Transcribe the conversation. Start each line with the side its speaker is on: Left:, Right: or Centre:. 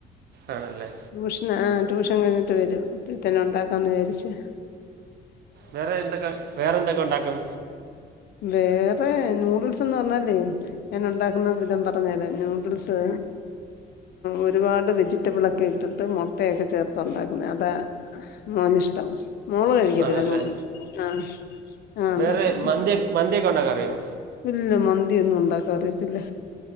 Right: ആണല്ലേ
Left: ട്യൂഷന ആഹ് ട്യൂഷൻ കഴിഞ്ഞിട്ട് വരും അപ്പഴത്തന്നെ ഉണ്ടാക്കാന്ന് വിചാരിച്
Right: വേറെ എന്തൊക്കെ വേറെ എന്തൊക്കെ ഉണ്ടാക്കും
Left: വേറെ നൂഡിൽസ്ന്ന് പർഞ്ഞാലേ ഞാൻ ഉണ്ടാക്കുന്ന വിധം പറഞ്ഞര ന്യുഡിൽസ് ഒരുപാട് വെജിറ്റബിളൊക്കെ ഇട്ടിട്ട് മുട്ടയൊക്കെ ചേർത്ത് ഉണ്ടാക്കുന്നത് അതാ മോനിഷ്ടം മോള് കഴിക്കത്തില്ല
Right: ആണല്ലേ
Left: ന്യുഡിൽസ് ആ ആാാ ഉണ്ടാക്കും
Right: വേറെ മന്തി മന്തിയൊക്കെ ഉണ്ടാക്കാൻ അറിയോ
Left: ഇല്ല മന്തിയൊന്നും ഉണ്ടാക്കാനറിയത്തില്ല